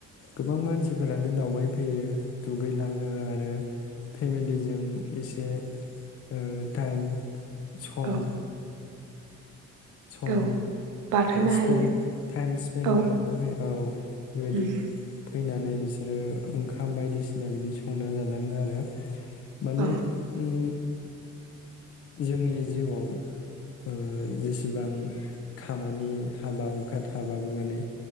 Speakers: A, on the left; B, on the right.
A: गोबां मानसिफोरानो दावबाय फैयो दुगैलां ओ आरो फेमिलिजों एसे ओ टाइम सम
B: औ
A: सम
B: औ बारहोनो
A: स्पेन
B: हायो
A: टाइम स्पेन्ड
B: औ
A: खालामनो फै औ बेबायदि
B: उम
A: फैनानै नै बिसोरो ओंखाम बायदिसिना बिदि संना जालाङो आरो माने
B: औ
A: उम जोंनि जिउआव ओ जेसे बिबां खामानि हाबा हुखा थाबाबो माने